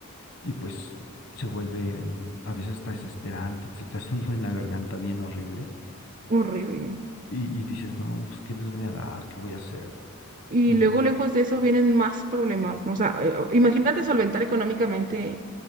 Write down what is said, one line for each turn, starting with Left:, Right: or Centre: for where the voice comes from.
Left: y pues se vuelve a veces hasta desesperante, se te hace <laughs> un nudo en la garganta bien horrible
Right: <laughs> Horrible.
Left: y, y dices, no, pues ¿qué les voy a dar? ¿Qué voy a hacer?
Right: Y
Left: Y,
Right: luego, lejos de eso, vienen más problemas, ¿no? O sea, eh, imagínate solventar económicamente